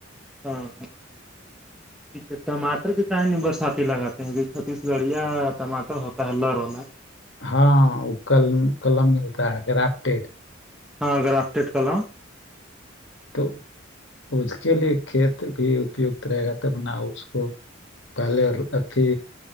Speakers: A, in the centre; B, on the left (about 65°).
A: ہاں ٹھیک ہے ٹماٹر کے کہیں نہیں برساتی لگاتے ہیں ج چھتیس گڑھ یا ٹماٹر ہوتا ہے لر ہو میں
B: ہاں وہ ک قلم ملتا ہے گرافٹیڈ
A: ہاں اگر آف ڈیٹ کلام
B: تو اس کے لیے کھیت بھی اپت رہے گا تب نہ اس کو پہلے اھی